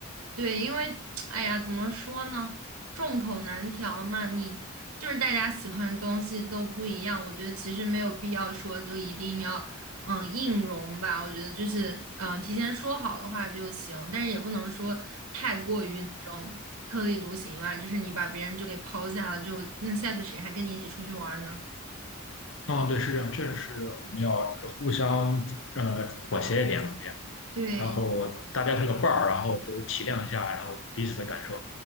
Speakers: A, on the right; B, on the left.
A: 对，因为哎呀，怎么说呢，众口难调嘛。你就是大家喜欢的东西都不一样，我觉得其实没有必要说就一定要嗯硬融吧。我觉得就是嗯提前说好的话就行，但是也不能说太过于那种特立独行吧。就是你把别人就给抛下了，就那下次谁还跟你一起出去玩儿呢？
B: 嗯，对，是这样，确实是我们要互相呃妥协一点嘛，这样，
A: 对
B: 然后大家这个伴儿，然后都体谅一下，然后彼此的感受